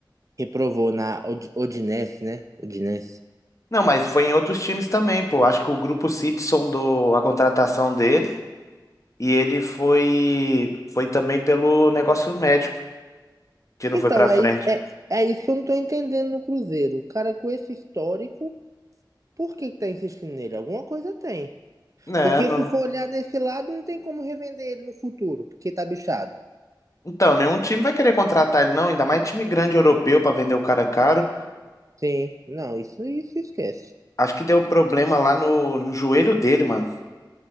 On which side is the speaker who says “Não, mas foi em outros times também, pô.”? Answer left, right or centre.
Left